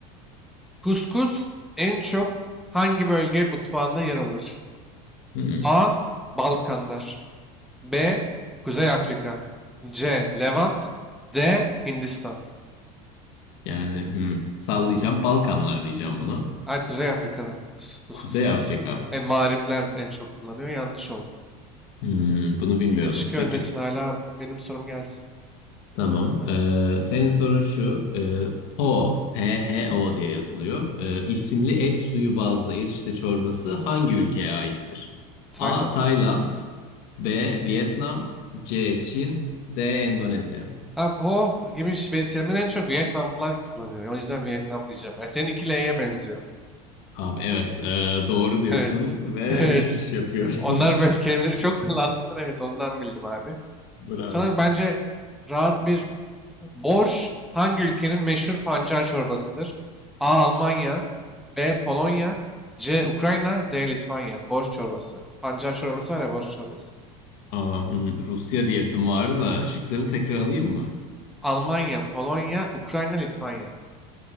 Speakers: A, in the centre; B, on the left (about 65°).
A: Kuskus en çok hangi bölge mutfağında yer alır?
B: Hmm,
A: A. Balkanlar. B. Kuzey Afrika. C. Levant. D. Hindistan.
B: yani hmm, sallayacağım Balkanlar diyeceğim bunu.
A: Ay Kuzey Afrika'da. Kus kus
B: Kuzey
A: kus kus.
B: Afrika.
A: En mağripler en çok kullanıyor. Yanlış oldu.
B: Hmm, bunu bilmiyordum.
A: 3-2
B: Peki.
A: öndesin hala. Benim sorum gelsin.
B: Tamam. Ee, senin sorun şu. Ee, Po, P-H-O diye yazılıyor. Ee, isimli et suyu bazlı erişte çorbası hangi ülkeye aittir?
A: Tayland
B: A. Tayland
A: mıydı?
B: B. Vietnam C. Çin D. Endonezya
A: Ha po gibi ş- ve terimleri en çok Vietnamlılar kullanıyor. O yüzden Vietnam diyeceğim. Ben senin 2L'ye benziyor.
B: Abi evet ee, doğru diyorsun
A: Evet.
B: ve
A: <laughs> Evet.
B: üç üç yapıyorsun.
A: Onlar böyle kelimeleri çok kullandığından evet ondan bildim abi.
B: <laughs> Bravo.
A: Sana bence rahat bir borş hangi ülkenin meşhur pancar çorbasıdır? A. Almanya B. Polonya C. Ukrayna D. Litvanya Borş çorbası. Pancar çorbası var ya borş çorbası.
B: Aa, hı, Rusya diyesim vardı da şıkları tekrar alayım mı?
A: Almanya, Polonya, Ukrayna, Litvanya.